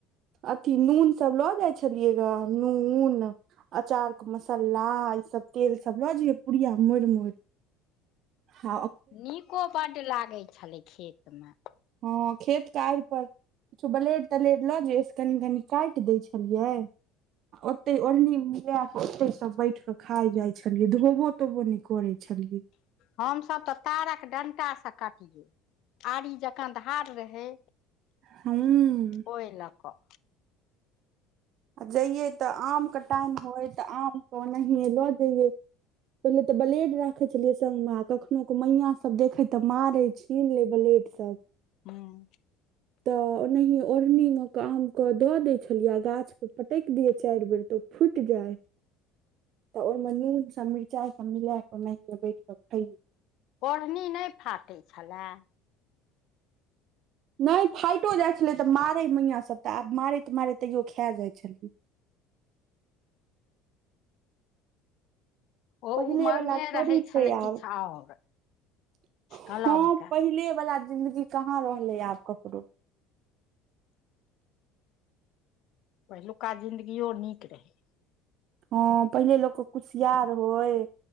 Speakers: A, on the right (about 55°); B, on the left (about 60°).
A: अथी नून सब लऽ जाइ छलियै नून अचार के मसाला ई सब तेल सब लऽज पुड़िया मोड़ मोड़ <inaudible> ह
B: नीको बड लागै छलै खेत मे
A: हँ खेत क आइपर किछो ब्लेड तलेर लऽ जइै से कनि कनी काटि दै छलियै ओते ओढ़नी मिला के ओते सब बैठ के खा जाय छै छलियै धोबो तोबो नहि करै छलियै
B: हमसभ तऽ तारक डंटा स से काटियौ आरी जकाँ धार रहै
A: <unintelligible>
B: ओहि लऽ कऽ
A: आ जैयै तऽ आमके टाइम होय तऽ आमके ओनाहिए लऽ जैयै पहिले ते ब्लेड राखे छलिये संग में कखनो क मैया सब देखे तऽ मारे छै कीन ले ब्लेट सब
B: <unintelligible>
A: तऽ ओनाहि ओढ़नी मे के आम के दऽ दै छलियै गाछ पे पटकि दिय चारि बेर तऽ फुट जाइ तऽ ओहिमे नून सभ मिरचाइ सभ मिलाऽ ओहि बैठ कऽ खैलहुँ
B: ओढ़नी नहि फाटैत छलए
A: नहि फाइटो जाइत छलै तऽ मारै मैयसभ तऽ आब मारैत मारैत तैयो खा जाइत छलिए
B: ओ
A: पहिले
B: उमंगे
A: वला थोड़ी
B: रहै
A: छै
B: छलै
A: आब
B: किछु आओर
A: <inaudible> हँ
B: कलमके
A: पहिले वला जिंन्दगी कहाँ रहलै आब ककरो
B: पहिलु का जिंन्दगियो नीक रहै
A: ह पहिले लोकके कुशियार होय